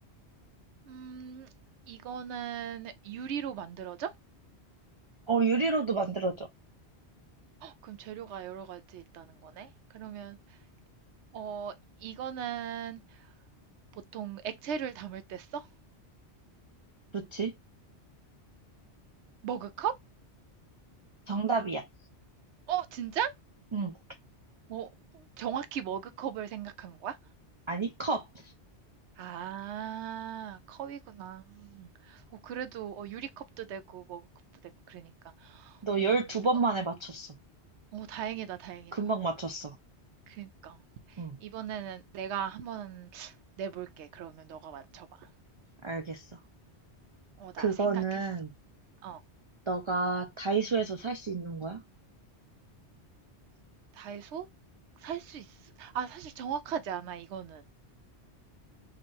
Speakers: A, on the right (about 80°); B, on the right (about 50°).
A: 음, 이거는 유리로 만들어져?
B: 어, 유리로도 만들어져.
A: 그럼 재료가 여러 가지 있다는 거네. 그러면 어, 이거는 보통 액체를 담을 때 써?
B: 그렇지?
A: 머그컵?
B: 정답이야.
A: 어, 진짜?
B: 응.
A: 어, 정확히 머그컵을 생각한 거야?
B: 아니, 컵.
A: 아, 컵이구나. 음. 어, 그래도 어, 유리컵도 되고 머그컵도 되고 그러니까.
B: 너
A: 어,
B: 12번
A: 어,
B: 만에 맞췄어.
A: 어, 다행이다, 다행이다.
B: 금방 맞췄어.
A: 그러니까
B: 응,
A: 이번에는 내가 한번 내볼게. 그러면 너가 맞춰봐.
B: 알겠어.
A: 어, 나
B: 그거는
A: 생각했어. 어,
B: 너가 다이소에서 살 수 있는 거야?
A: 다이소 살 수 있. 아, 사실 정확하지 않아 이거는.